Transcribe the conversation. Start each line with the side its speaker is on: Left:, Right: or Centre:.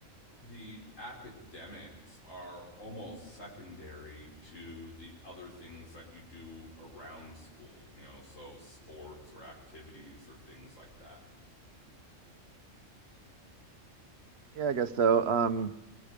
Left: the academics are almost secondary to the other things that you do around school, you know, so sports or activities or things like that.
Right: Yeah, I guess so. Um,